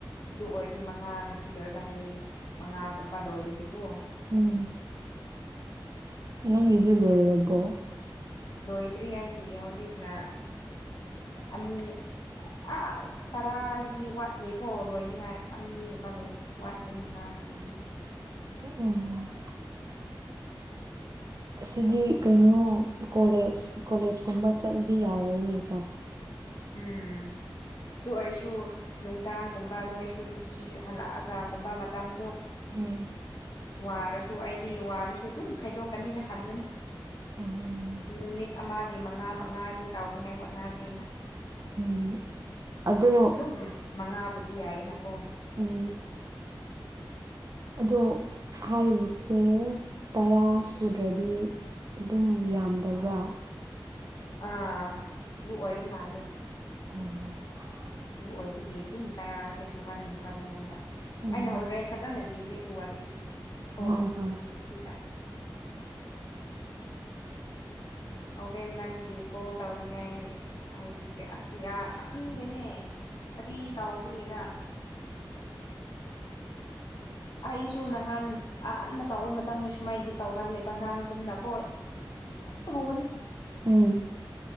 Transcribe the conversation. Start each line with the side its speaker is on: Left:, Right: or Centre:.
Left: ꯑꯗꯨ ꯑꯣꯏꯔꯗꯤ ꯃꯉꯥ ꯉꯁꯤ ꯂꯣꯏꯔꯒꯥ ꯍꯌꯦꯡ ꯃꯉꯥꯒꯨꯝꯕꯗ ꯂꯣꯏꯔꯗꯤꯒꯣ
Right: ꯎꯝ ꯅꯪꯒꯤꯗꯤ ꯂꯣꯏꯔꯕꯣ
Left: ꯂꯣꯏꯗ꯭ꯔꯤ ꯑꯩꯒꯤ ꯍꯧꯖꯤꯛꯅ ꯑꯅꯤ ꯑꯥ ꯇꯔꯥꯗꯤ ꯋꯥꯠꯂꯦꯀꯣ ꯂꯣꯏꯅꯤꯡꯉꯥꯏ ꯑꯅꯤꯒꯨꯝꯕ ꯂꯣꯏ ꯋꯥꯠꯂꯦ ꯃꯉꯥ ꯁꯨꯅꯤ
Right: ꯎꯝ ꯎꯝ ꯑꯁꯤꯗꯤ ꯀꯩꯅꯣ ꯀꯣꯂꯦꯖ ꯀꯣꯂꯦꯖ ꯀꯨꯝꯕ ꯆꯠꯂꯗꯤ ꯌꯥꯔꯣꯏꯅꯤꯀꯣ
Left: ꯎꯝ ꯑꯗꯨ ꯑꯣꯏꯔꯁꯨ ꯅꯨꯡꯗꯥꯡꯒꯨꯝꯕ ꯅꯣꯏꯁꯨ ꯗ꯭ꯌꯨꯇꯤ ꯍꯜꯂꯛꯑꯒꯒꯨꯝꯕ ꯃꯇꯝꯗꯣ
Right: ꯎꯝ
Left: ꯋꯥꯔꯁꯨ ꯑꯩꯗꯤ ꯋꯥꯔꯁꯨ ꯑꯗꯨꯝ ꯈꯥꯏꯗꯣꯛꯀꯅꯤꯅ ꯈꯟꯕꯅꯤ
Right: ꯎꯝ
Left: ꯅꯨꯃꯤꯠ ꯑꯃꯒꯤ ꯃꯉꯥ ꯃꯉꯥꯗꯤ ꯇꯥꯎꯅꯤꯉꯥꯏ ꯍꯣꯠꯅꯒꯦꯅ
Right: ꯎꯝ ꯑꯗꯣ
Left: ꯑꯗꯨꯝ ꯃꯉꯥꯕꯨꯗꯤ ꯌꯥꯏꯌꯦꯅꯀꯣ
Right: ꯎꯝ ꯑꯗꯣ ꯍꯥꯏꯔꯤꯕꯁꯦ ꯇꯌꯥ ꯁꯨꯗ꯭ꯔꯗꯤ ꯑꯗꯨꯝ ꯌꯥꯝꯗꯕ꯭ꯔꯥ
Left: ꯑꯥ ꯑꯗꯨ ꯑꯣꯏꯔ ꯃꯥꯜꯂꯦ
Right: ꯑꯣ
Left: ꯑꯗꯨ ꯑꯣꯏꯕꯒꯤ ꯑꯗꯨꯝ ꯇꯔꯥꯁꯦ ꯁꯨꯍꯟꯅꯤꯡꯕ ꯅꯪꯉꯣꯟꯗ
Right: ꯎꯝ
Left: ꯑꯩꯅ ꯍꯧꯔꯦꯟ ꯐꯖꯅ ꯂꯤꯒꯦ ꯑꯗꯨ ꯋꯥꯔꯤꯗꯨꯗꯤ ꯑꯣꯀꯣ
Right: ꯍꯣꯏ ꯍꯣꯏ
Left: ꯁꯤꯗ ꯍꯣꯔꯦꯟ ꯅꯪꯒꯤ ꯀꯣꯜ ꯇꯧꯅꯤꯡꯉꯥꯏ ꯍꯥꯏꯕꯤꯒꯦ ꯑꯁꯤꯁꯤ ꯑ ꯈꯟꯗꯦꯅꯦ ꯀꯔꯤ ꯇꯥꯎꯕꯒꯦꯔ ꯑꯩꯁꯨ ꯅꯍꯥꯟ ꯑꯍꯟꯥꯟꯕ ꯇꯧꯕ ꯃꯇꯝꯗ ꯁꯨꯃꯥꯏꯅꯗꯤ ꯇꯧꯒꯜꯂꯦꯕ ꯅꯪꯒꯨꯝꯅꯀꯣ
Right: <inaudible>
Left: ꯇꯧꯕꯅꯤ
Right: ꯎꯝ